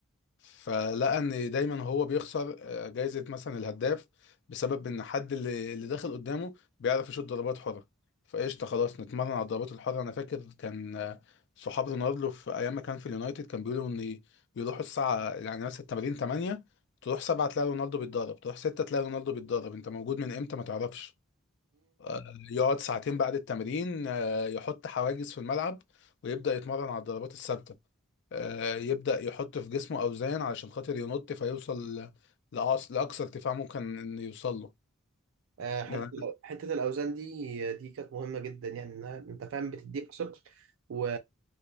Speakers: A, on the left; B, on the right.
A: فلقى ان دايما هو بيخسر آه، جايزة مثلا الهداف بسبب ان حد اللي اللي داخل قدامه بيعرف يشوط ضربات حرة فقشطة خلاص نتمرن على الضربات الحرة انا فاكر كان آه، صحاب رونالدو في ايام ما كان في اليونايتد كان بيقولوا ان يروحوا الساعة يعني مثلا التمارين 8 تروح 7 تلاقي رونالدو بيتدرب تروح 6 تلاقي رونالدو بيتدرب انت موجود من امتى ما تعرفش آه، يقعد ساعتين بعد التمرين آه، يحط حواجز في الملعب ويبدأ يتمرن على الضربات الثابتة آه، يبدأ يحط في جسمه أوزان علشان خاطر ينط فيوصل ل- لأقص- لأقصى ارتفاع ممكن إنه يوصل له
B: آه، حته
A: يعني
B: حته الاوزان دي دي كانت مهمه جدا يعني انها انت فاهم بتديك ثقل و...